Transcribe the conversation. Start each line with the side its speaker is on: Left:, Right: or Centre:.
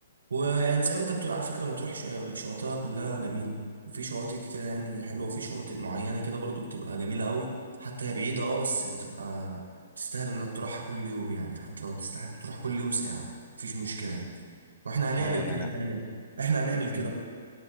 Right: ويعني زي ما انت بتقول على فكرة مطروح ش- شواطئها كلها جميلة وفي شواطئ كتيرة يعني حلوة وفي شواطئ معينة كده برضو بتبقى جميلة قوي حتى هي بعيدة اه بس بتبقى تستاهل انك تروحها كل يوم يعني حتى لو تستاهل تروح كل يوم ساعة مفيش مشكلة يعني واحنا هنعمل
Left: اه
Right: كده
Left: يعني
Right: مم. يعني احنا هنعمل
Left: مم.
Right: كده